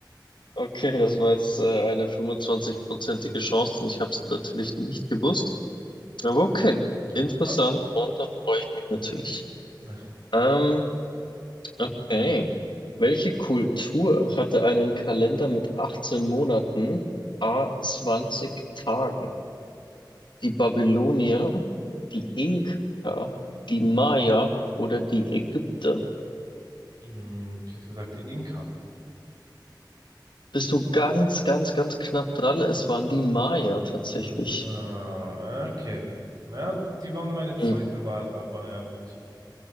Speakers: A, on the left; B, on the right.
A: Okay, das war jetzt äh, eine 25-prozentige Chance und ich habe es natürlich nicht gewusst. Aber okay,
B: Ja,
A: interessant
B: aber krass, ja.
A: und da freue ich mich natürlich.
B: ja.
A: Ähm, okay. Welche Kultur hatte einen Kalender mit 18 Monaten, a 20 Tagen? Die Babylonier, die Inka, die Maya oder die Ägypter?
B: Hm, ich hätte gesagt, die Inka.
A: bist du ganz, ganz, ganz knapp dran. Es waren die Maya tatsächlich.
B: Ah, okay. Ja, die waren meine zweite
A: Mhm.
B: Wahl, aber ja, gut.